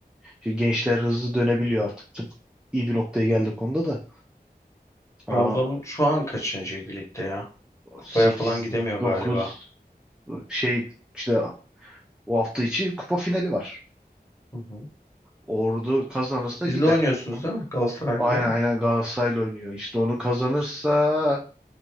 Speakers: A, in the centre; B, on the left.
A: Şimdi gençler hızlı dönebiliyor artık. Tıp iyi bir noktaya geldi konuda da. Ama
B: Trabzon şu an kaçıncıydı ligde ya? Kupaya
A: sekiz,
B: falan gidemiyor
A: dokuz
B: galiba.
A: şey işte o hafta içi kupa finali var.
B: Hı hı.
A: Ordu kazanırsa
B: Biz
A: gider.
B: de oynuyorsunuz
A: Ha?
B: değil mi? Galatasaray'da
A: Aynen
B: değil mi?
A: aynen Galatasaray'la oynuyor. İşte onu kazanırsa